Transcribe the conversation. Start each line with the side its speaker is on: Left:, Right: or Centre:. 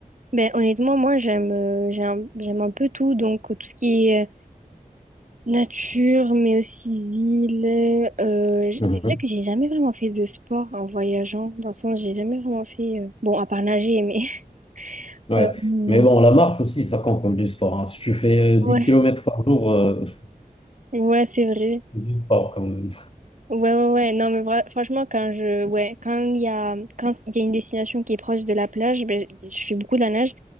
Right: Ben, honnêtement, moi, j'aime euh, j'ai un- j'aime un peu tout. Donc, euh, tout ce qui est euh, nature, mais aussi ville. euh, j-
Left: Mhm.
Right: c'est vrai que j'ai jamais vraiment fait de sport en voyageant. Dans le sens, j'ai jamais vraiment fait. euh, Bon, à part nager, mais. <laughs>
Left: Ouais.
Right: euh,
Left: Mais bon, la marche aussi, ça compte comme du sport. hein. Si tu fais euh, dix
Right: ouais,
Left: kilomètres par jour, euh, <laughs>
Right: ouais, c'est vrai.
Left: c'est du sport quand même.
Right: Ouais, ouais, ouais. Non, mais vra- franchement, quand je. Ouais, quand il y a... quand il y a une destination qui est proche de la plage, ben, je fais beaucoup de la nage.